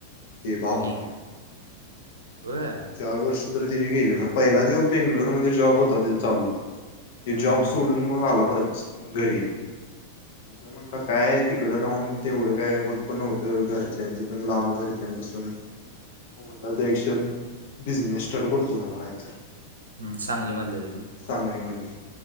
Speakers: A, on the left; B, on the right.
A: ते भावान
B: कोणी होय
A: चार वर्ष तरी त्याची गेली मग पहिला जेव्हा बेंगलुरूमध्ये जॉब होता तेचा चालू ते
B: हां
A: जॉब सोडून मग आला परत घरी तो म्हणला काय तिकडं राहून तेवढं काय होत पण नव्हतं घरच्यांचं पण लांब घरच्यांपासून हो म्हणला तर एकश तुझ <unintelligible>
B: सांगलीमधलं ते
A: सांगलीमध्ये